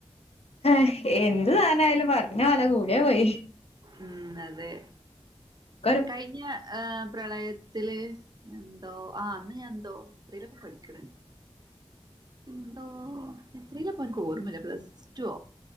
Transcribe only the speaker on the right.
ഉം അതെ
കഴിഞ്ഞ. ഏഹ് പ്രളയത്തില് എന്തോ ആഹ് അന്ന് ഞാൻ എന്തോ എത്രിലാപ്പോ പഠിക്ക്ണ്? എന്തോ എത്രീലാപ്പ ഇൻക്ക് ഓർമ്മല്ല. പ്ലസ് റ്റൊ